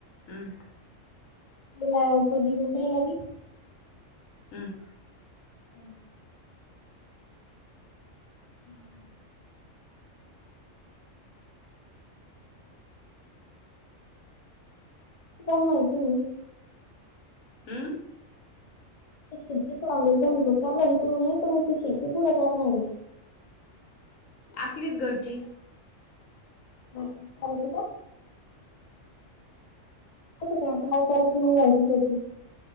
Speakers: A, on the left (about 80°); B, on the left (about 35°).
A: हमं
B: लाप दिला भी
A: हम्म
B: ओके हम्म काय माहीती ये
A: अ
B: शेती चांगली पण तु मी तर शेती कुठे करणार ये
A: आपलीच घरची
B: ह का होती का काय हल करच म घायच्यासाठी